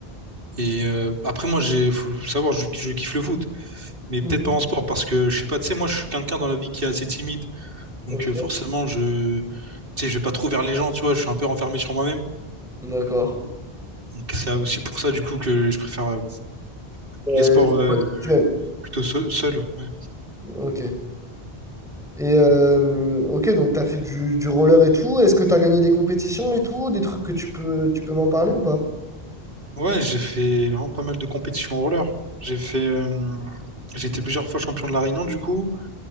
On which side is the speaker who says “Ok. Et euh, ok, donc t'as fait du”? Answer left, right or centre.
Centre